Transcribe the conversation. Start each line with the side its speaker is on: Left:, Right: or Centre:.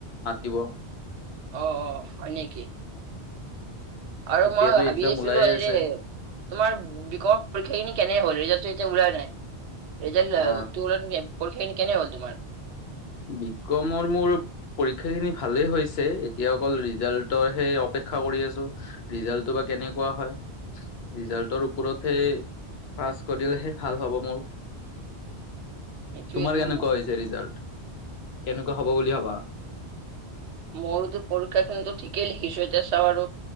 Left: মাতিব।
Right: আহ অ হয় নেকি। আৰু
Left: এতিয়াতো
Right: মই ভাবি
Left: এক্সাম
Right: আছিলো
Left: ওলাইে
Right: এই
Left: আছে
Right: যে তোমাৰ বি কৰ পৰীক্ষা খিনি কেনে হ'ল ৰিজাল্টটো এতিয়া ওলাই নাই ৰিজাল্ট
Left: অ
Right: ত ওল কেনে হ'ল তোমাৰ?
Left: বিকমৰ মোৰ পৰীক্ষাখিনি ভালেই হৈছে এতিয়া অকল ৰিজাল্টৰে অপে অপেক্ষা কৰি আছো ৰিজাল্টটো বা কেনেকুৱা হয় ৰিজাল্টৰ ওপৰত হে পাছ কৰিলেহে ভাল হ'ব মোৰ।
Right: সেইটোয়েতো
Left: তোমাৰ কেনেকুৱা হৈছে ৰিজাল্ট কেনেকুৱা হব বুলি ভাবা?
Right: ময়োতো পৰীক্ষা খিনিতো ঠিকেই লিখিছো এতি চাওঁ আৰু